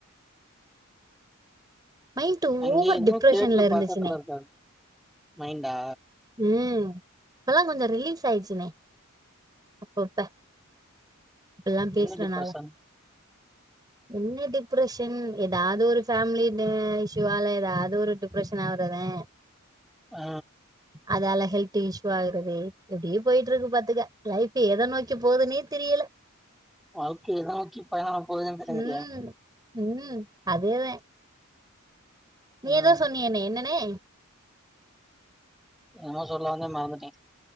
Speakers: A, on the right (about 20°); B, in the centre.
A: மைண்ட்
B: அங்க
A: ஓவர்
B: எதுவு
A: டிப்ரெஷன்ல
B: தேட்று
A: இருந்துச்சுனே
B: பக்கத்துல இருக்காது மைண்டா
A: ம் இப்பதா கொஞ்சோ ரிலீஸ் ஆயிச்சுனே அப்பப்ப இப்பலா பேசுறனால
B: என்ன டிப்ரஷன்
A: என்ன டிப்ரஷன் ஏதாவது ஒரு ஃபேமிலி அ இஷுவால ஏதாவது ஒரு டிப்ரெஷன் ஆவுறத ஆ
B: ஆ
A: அதால ஹெல்த் இஷூ ஆகுறதே இப்டியே போயிட்டுருக்கு பாத்துக்க லைஃப் லைஃப்பு எத நோக்கி போதுன்னே தெரியுல
B: வாழ்க்கையதா நோக்கி பயணோ ஆவபோதுன்னுங்கிரியா
A: ம். ம் அதேதா நீயெதோ
B: ம்
A: சொன்னீயேண்ணே என்னன்ணே
B: என்னமோ சொல்ல வந்தே மறந்துட்டே